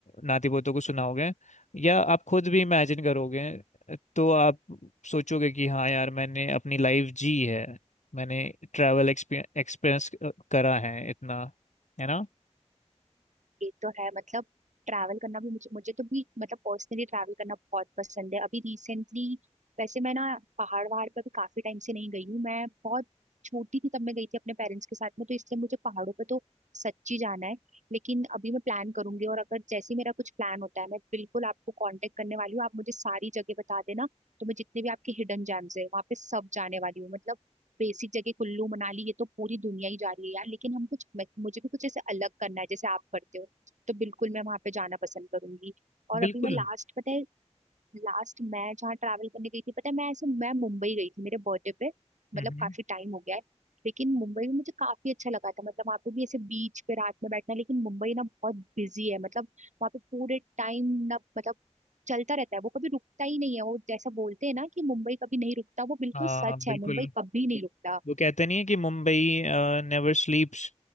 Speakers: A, on the left; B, on the right.
A: नाती पोतों को सुनाओगे या आप खुद भी इमेजिन करोगे तो आप सोचोगे कि हाँ यार मैंने अपनी लाइफ जी है मैंने ट्रैवल एक्सपीरियंस करा है इतना है ना
B: एक तो है मतलब ट्रैवल करना भी मुझे मुझे तो भी मतलब पर्सनली ट्रैवल करना बहुत पसंद है अभी रिसेंटली वैसे मैं ना पहाड़ वहाड़ पर भी काफी टाइम से नहीं गई हूँ मैं बहुत छोटी थी तब मैं गई थी अपने पेरेंट्स के साथ में तो इसलिए मुझे पहाड़ों पे तो सच्ची जाना है लेकिन अभी मैं प्लान करूंगी और अगर जैसे ही मेरा कुछ प्लान होता है मैं बिल्कुल आपको कांटेक्ट करने वाली हूँ आप मुझे सारी जगह बता देना तो मैं जितने भी आपके हिडन जेम्स है वहाँ पे सब जाने वाली हूँ मतलब बेसिक जगह कुल्लू मनाली ये तो पूरी दुनिया ही जा रही है यार लेकिन हम कुछ मैं- मुझे भी कुछ ऐसे अलग करना है जैसे आप करते हो तो बिल्कुल मैं वहां पे जाना पसंद करूंगी और
A: बिल्कुल
B: अभी मैं लास्ट पता है लास्ट मैं जहाँ ट्रैवल करने गई थी पता है मैं ऐसे मैं मुंबई गई थी मेरे बर्थडे पे मतलब
A: हम्म
B: काफी टाइम हो गया है लेकिन मुंबई में मुझे काफी अच्छा लगा था मतलब वहाँ पे भी ऐसे बीच पे रात में बैठना लेकिन मुंबई ना बहुत बिजी है मतलब वहाँ पे पूरे टाइम ना मतलब चलता रहता है वो कभी रुकता ही नहीं है वो जैसा बोलते हैं ना कि मुंबई कभी नहीं रुकता वो बिल्कुल
A: हाँ
B: सच
A: बिल्कुल
B: है मुंबई कभी नहीं रुकता
A: वो कहते नहीं है कि मुंबई नेवर स्लीप्स